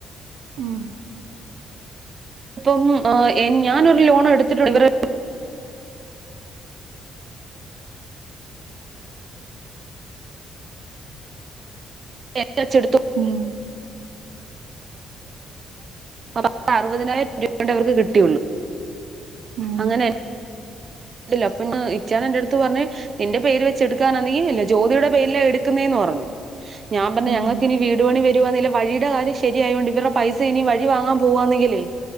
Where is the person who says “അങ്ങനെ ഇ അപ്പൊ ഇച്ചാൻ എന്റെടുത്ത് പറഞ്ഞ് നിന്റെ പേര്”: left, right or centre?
Right